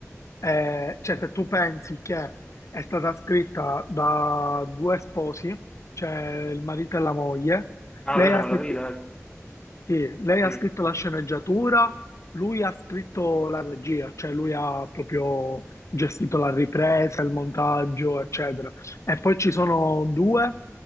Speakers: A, on the left; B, on the left.
A: eh, cioè se tu pensi che è stata scritta da due sposi, cioè il marito e la moglie,
B: Ah,
A: lei
B: vero,
A: ha
B: me
A: scritto,
B: l'avevi detto.
A: sì, lei
B: Sì.
A: ha scritto la sceneggiatura, lui ha scritto la regia, cioè lui ha proprio gestito la ripresa, il montaggio, eccetera. E poi ci sono due